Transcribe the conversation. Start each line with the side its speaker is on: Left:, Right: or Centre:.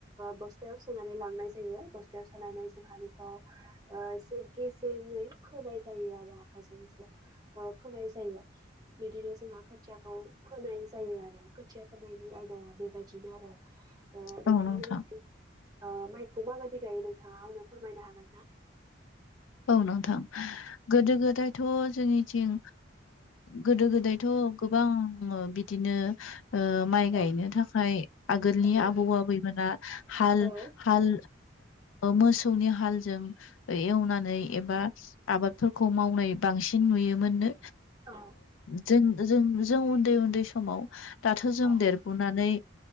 Right: बस्थायाव सोनानै लांनाय जायो बस्थायाव सोनानै जोंहा बेखौ एसे गेसेङै फोनाय जायो आरो आखायजों एसे फोनाय जायो बिदिनो जोंहा खोथियाखौ फोनाय जायो आरो खोथिया फोनायनि आयदाया बेबायदिनो आरो नोंथांमोननिथिं
Left: औ नोंथां
Right: माइखौ माबायदि गायो नोंथाङा आंनो फोरमायनो हागोन ना
Left: औ नोंथां गोदो गोदायथ' जोंनिथिं गोदो गोदायथ' गोबां बिदिनो माइ गायनो
Right: औ
Left: थाखाय आगोलनि
Right: औ
Left: आबौ आबैमोना हाल
Right: औ
Left: हाल मोसौनि हालजों एवनानै एबा आबादफोरखौ मावनाय बांसिन नुयोमोननो
Right: औ
Left: जों जों जों उन्दै उन्दै समाव दाथ' जों
Right: औ
Left: देरबोनानै